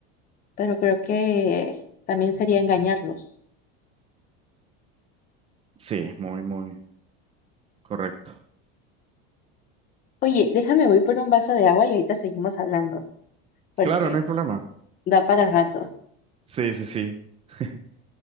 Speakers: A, on the left; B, on the right.
A: pero creo que también sería engañarlos.
B: Sí, muy, muy correcto.
A: Oye, déjame voy por un vaso de agua y ahorita seguimos hablando, porque
B: Claro, no hay problema.
A: da para rato.
B: Sí, sí, sí. <laughs>